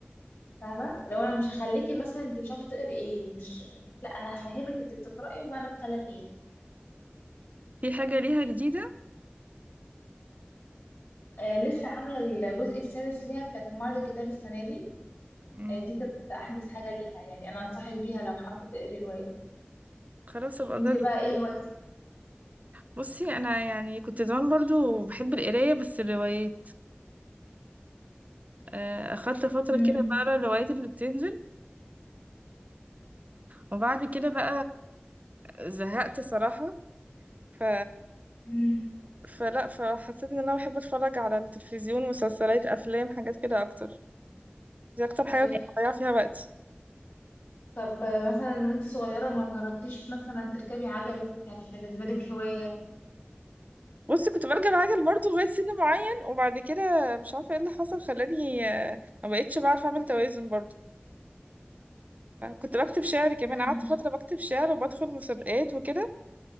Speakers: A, on the left; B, on the right.
A: فاهمه لو انا مش هخليكي مثلا انت مش عارفه تقري ايه مش لا انا هفهمك انت بتقراي ومعنى الكلام ايه
B: في حاجة ليها جديدة
A: آه لسه عامله الجزء السادس ليها كان في معرض الكتاب السنه دي
B: مم.
A: آه دي كانت احدث حاجه ليها يعني انا انصحك بيها لو حابه تقري روايه
B: خلاص ابقى
A: انت
B: اجرب
A: بقى ايه هوايتك
B: بصي انا يعني كنت زمان برضو بحب القراية بس الروايات آه، اخدت فترة
A: امم
B: كده بقرا الروايات اللي بتنزل وبعد كده بقى زهقت صراحة ف...
A: امم
B: فلا فحسيت ان انا بحب اتفرج على التلفزيون مسلسلات افلام حاجات كده اكتر دي اكتر حاجة
A: ايوه
B: كنت بضيع فيها وقتي
A: طب آه، مثلا وانت صغيره ما جربتيش مثلا تركبي عجل كانت بالنسبه لك هوايه
B: بص كنت برجع العجل برضه لغاية سن معين وبعد كده مش عارفة ايه اللي حصل خلاني آه، ما بقتش بعرف اعمل توازن برضه كنت بكتب شعر كمان
A: مم.
B: قعدت فترة بكتب شعر وبدخل مسابقات وكده